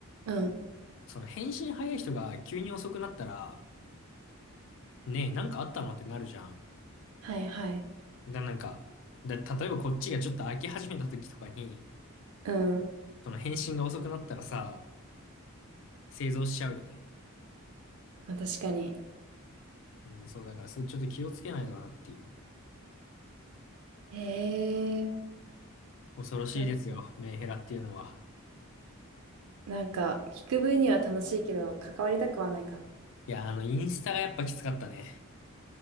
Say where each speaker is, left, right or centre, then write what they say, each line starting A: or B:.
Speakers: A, on the right; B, on the left.
A: うん。
B: その返信早い人が急に遅くなったら、ねえ、なんかあったのってなるじゃん。
A: はいはい。
B: だ、なんか、だ、例えばこっちがちょっと開き始めた時とかに、
A: うん。
B: その返信が遅くなったらさ、製造しちゃうよね。
A: まあ確かに。
B: うん、そう、だから、それちょっと気をつけないとなっていう。
A: へえ。
B: 恐ろしいですよ、
A: な、
B: メンヘラっていうのは。
A: なんか、聞く分には楽しいけど、関わりたくはないかな。
B: いや、あの、インスタがやっぱきつかったね。